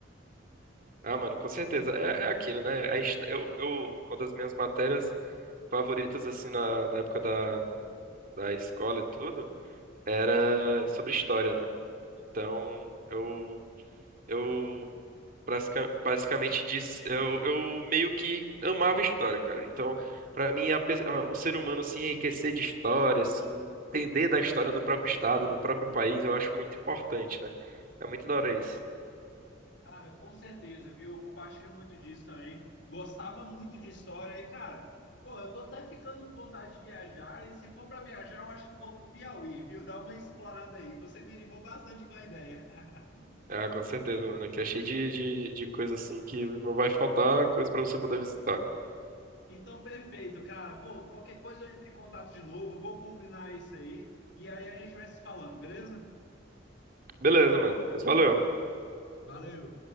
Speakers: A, on the right; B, on the left.
A: Ah, mano, com certeza. É, é aquilo, né? A his- eu, eu, uma das minhas matérias favoritas, assim, na, na época da, da escola e tudo, era sobre história, né? Então, eu Eu basica- basicamente disse, eu, eu meio que amava história, cara. Então, pra mim, a pe- a- o ser humano se enriquecer de história, assim, entender da história do próprio estado, do próprio país, eu acho muito importante, né? É muito da hora isso.
B: Cara, com certeza, viu? Eu compartilho muito disso também. Gostava muito de história e, cara, pô, eu tô até ficando com vontade de viajar. E se for para viajar, eu acho que eu vou pro Piauí, viu? Dá uma explorada aí. Você me animou bastante com a ideia. <laughs>
A: Ah, com certeza, mano. Aqui é cheio de, de, de coisa assim que não vai faltar coisa pra você poder visitar.
B: Então, perfeito, cara. Pô, qualquer coisa eu entro em contato de novo, vou combinar isso aí. E aí a gente vai se falando, beleza?
A: Beleza, mano. Mas valeu.
B: Valeu!